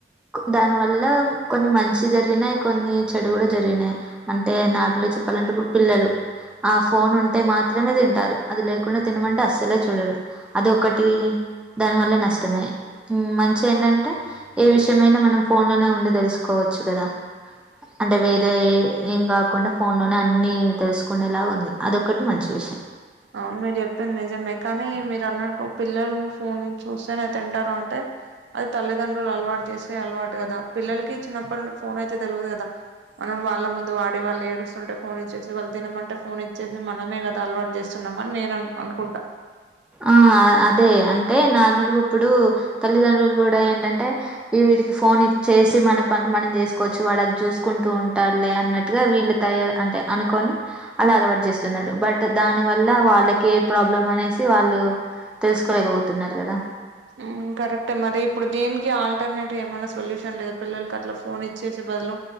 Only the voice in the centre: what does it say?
దానివల్ల కొన్ని మంచి జరిగినాయి కొన్ని చెడు కూడా జరిగినాయి అంటే నార్మల్ గా చెప్పాలంటే ఇప్పుడు పిల్లలు ఆ ఫోన్ ఉంటే మాత్రమే తింటారు అది లేకుండా తినమంటే అస్సలే చూడరు అదొక్కటి దాని వల్ల నష్టమే మంచి ఏంటంటే ఏ విషయమయినా మనం ఫోన్ లోనే ఉండి తెలుసుకోవచ్చు కదా అంటే వేరే ఏ ఏం కాకుండా ఫోన్ లోనే అన్ని తెలుసుకుండేలాగా ఉంది అదొకటి మంచి విషయం
ఆ అదే అంటే నార్మల్ గా ఇప్పుడు తల్లిదండ్రులు కూడా ఏంటంటే వడికి ఫోన్ ఇచ్చేసి మన పనులు మనం చేసుకోవచ్చు వాడు అది చూసుకుంటూ ఉంటారులే అన్నట్టుగా వీళ్ళు తయ అంటే అనుకని అలా అలవాటు చేస్తున్నారు బట్ దాని వల్ల వాళ్ళకి ఏ ప్రాబ్లం అనే వాళ్ళు తెలుసుకోలేకపోతున్నారు కదా